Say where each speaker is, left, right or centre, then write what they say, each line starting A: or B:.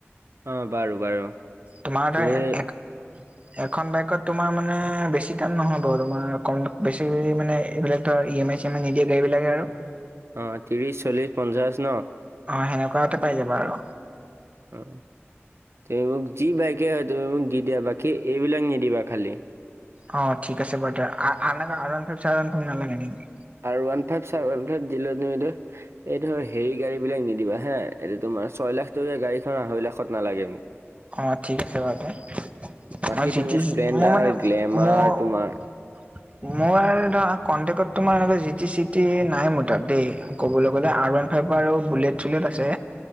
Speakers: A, on the right (about 70°); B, on the right (about 30°).
A: অ বাৰু বাৰু
B: তোমাৰ তাত
A: তুমি
B: এক এক এখন বাইকত তোমাৰ মানে বেছি দাম নহব তোমাৰ কম বেছি মানে এইবিলাক তৰ M I C M I নিদিয়া গাড়ি বিলাকে আৰু
A: অঁ ত্ৰিছ, চল্লিছ, পঞ্চাছ ন
B: অ সেনেকুৱাতে পাই যাবা আৰু
A: অ তুমি মোক যি বাইকে হয় তুমি মোক দি দিয়া, বাকী এইবিলাক নিদিবা খালী
B: অ ঠিক আছে বাৰু দে আ আনেকা আৰ্ৱান ফিকচাৰ খন নালাগে নেকি
A: R one five sir, one five দিলে নিদে এইটো ধৰ হেৰি গাড়ী বিলাক নিদিবা হা এইটো তোমাৰ ছয় লাখ টকীয়া গাড়ীখন আঢ়ৈ লাখত নালাগে মোক
B: অঁ, ঠিক আছে বাৰু দে।
A: বাকী
B: মই যি
A: তুমি
B: টি
A: স্প্লেণ্ডাৰ
B: যি। মই মানে,
A: গ্লেমাৰ
B: মোৰ
A: তোমাৰ
B: মোৰ আৰু ধৰা কণ্টেকত তোমাৰ এই জি টি চিটি নাই মোৰ তাত দেই। ক'বলৈ গ'লে আৰ ওৱান ভাইপা আৰু বুলেট চুলেট আছে।